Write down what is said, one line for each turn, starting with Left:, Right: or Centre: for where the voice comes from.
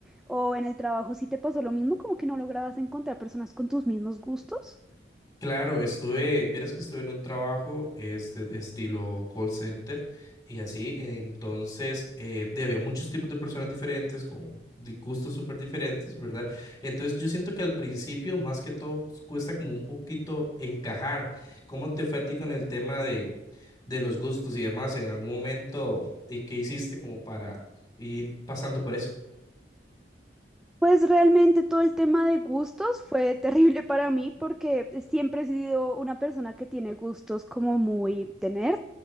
Centre: o en el trabajo, si te pasó lo mismo, como que no lograbas encontrar personas con tus mismos gustos.
Left: Claro, estuve, vieras que estuve en un trabajo este estilo call center y así, entonces eh, de- había muchos tipos de personas diferentes con di- gustos súper diferentes, ¿verdad? Entonces yo siento que al principio más que todo cuesta como un poquito encajar. ¿Cómo te fue a ti con el tema de, de los gustos y demás en algún momento y qué hiciste como para ir pasando por eso?
Centre: Pues realmente todo el tema de gustos fue terrible para mí porque siempre he sido una persona que tiene gustos como muy de nerd,